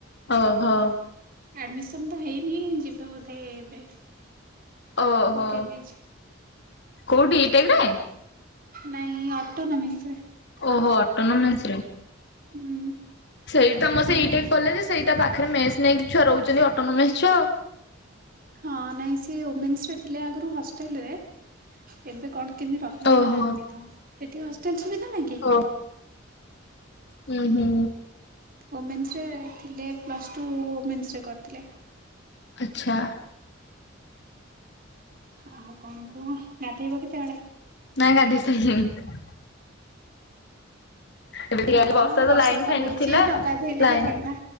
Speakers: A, on the left; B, on the right.
A: ଓହୋ।
B: ଆଡମିସନ ତ ହେଇନି ଯିବେ ବୋଧେ ଏବେ।
A: ଓହୋ
B: ପକେଇ ଦେଇଛି।
A: କୋଉଠି ଇ ଟେକ୍ ରେ?
B: ନାଇଁ ଅଟୋନମିକ୍ସ ରେ।
A: ଓହୋ ଅଟୋନୋମେନ୍ସରେ।
B: ହୁଁ
A: ସେଇଠି ତମର ସେ
B: ଏ
A: ଇଟେକ କଲେଜ ସେଇଟା ତା ପାଖରେ ମେସ ନେଇକି ଛୁଆ ରହୁଛନ୍ତି ଅଟୋନୋମେସ୍ ଛୁଅ ଆଉ।
B: ହଁ ନାଇଁ ସେ ଓମେନ୍ସ ରେ ଥିଲେ ଆଗରୁ ହଷ୍ଟେଲ ରେ। ଏବେ କଣ କେମିତି ରହିବେ
A: ଓହୋ।
B: ମୁଁ ଜାଣିନି ତ ସେଠି ହଷ୍ଟେଲ ସୁବିଧା ନାହିଁ କି?
A: ଓ ହୁଁ ହୁଁ।
B: ଓମେନ୍ସରେ ଥିଲେ ପ୍ଲସ୍ ଟୁ ୱମେନ୍ସରେ କରିଥିଲେ।
A: ଆଚ୍ଛା।
B: ଆଉ କଣ କୁହ ଗାଧୋଇବ କେତେବେଳେ?
A: ନାଇ ଗାଧେଇ ସାଇଲିନି। ଏମିତି
B: ହଁ
A: କାଲି ବର୍ଷା ତ ଲାଇନ୍ ଫାଇନ
B: ହଉଛି
A: ଥିଲା
B: ନ ଗାଧେଇଲେ
A: ଲାଇନ
B: ବି ଥଣ୍ଡା।